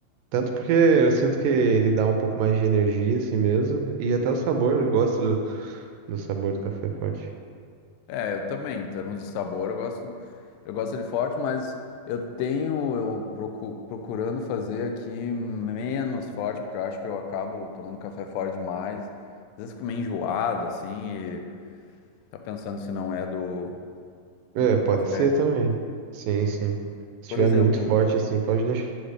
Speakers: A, on the right; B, on the left.
A: Tanto porque eu sinto que ele dá um pouco mais de energia assim mesmo. E até o sabor, eu gosto do, do sabor do café forte.
B: É, eu também, em termos de sabor, eu gosto, eu gosto dele forte, mas eu tenho, eu procu- procurando fazer aqui menos forte, porque eu acho que eu acabo tomando café forte demais. Às vezes fico meio enjoado, assim, e tá pensando se não é do,
A: É,
B: do
A: pode
B: café.
A: ser também. Sim, sim. Se
B: Por
A: tiver
B: exemplo,
A: muito forte assim, pode deixar